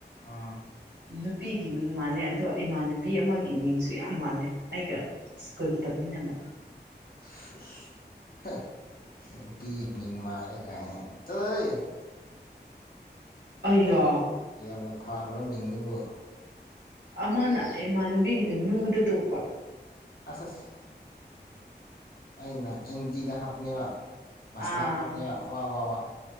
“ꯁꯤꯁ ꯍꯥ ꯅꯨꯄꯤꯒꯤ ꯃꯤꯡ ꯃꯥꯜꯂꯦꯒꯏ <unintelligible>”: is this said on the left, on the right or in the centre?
Left